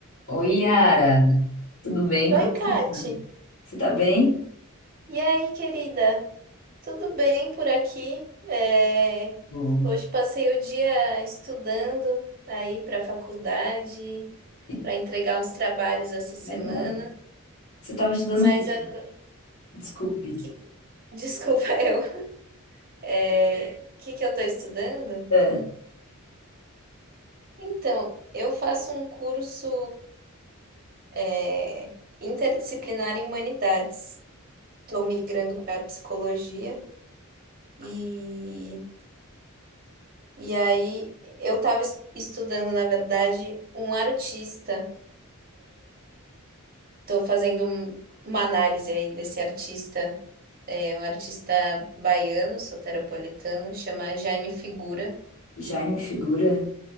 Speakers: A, on the left (about 65°); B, on the right (about 40°).
A: Oi, Yara, tudo bem? Como
B: Oi,
A: é que
B: Kati.
A: você tá? Você tá bem?
B: E aí, querida? Tudo bem por aqui? É,
A: Bom.
B: Hoje passei o dia estudando aí para a faculdade,
A: Ih,
B: para entregar uns trabalhos essa semana.
A: Legal. Você tava estudando
B: Mas
A: o quê?
B: agora...
A: Desculpe.
B: que- Desculpa, <laughs> eu. É... O que que eu estou estudando?
A: É.
B: Então, eu faço um curso é, interdisciplinar em humanidades. Estou migrando para psicologia e E aí eu estava estudando, na verdade, um artista. Estou fazendo um- uma análise aí desse artista, é, um artista baiano, soteropolitano, chama Jaime Figura.
A: Jaime Figura?